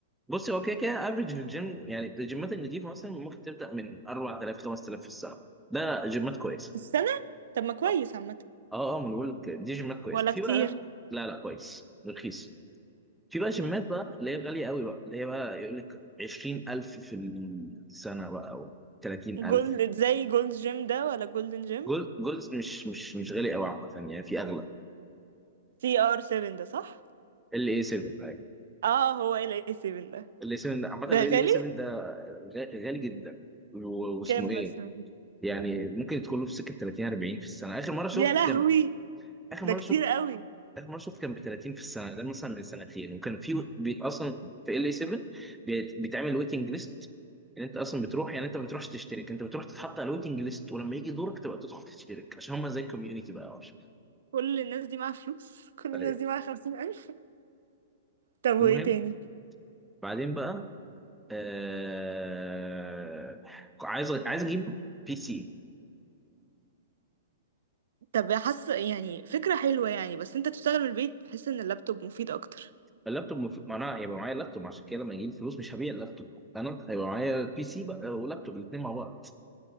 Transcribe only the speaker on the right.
في السنة طب ما كويس
عامة
ولا
كتير
مم.
جولد زي جولد جيم ده ولا جولدن جيم
سي ار 7 ده صح
اه هو ال اي 7 ده
ده
غالي
كام
مثلا
يا لهوي
ده
كتير
قوي
كل الناس دي معاها فلوس كل
الناس دي معاها خمسين ألف طب وإيه
تاني؟
طب حاسة يعني فكرة حلوة يعني بس أنت تشتغل من البيت بحس إن اللابتوب مفيد أكتر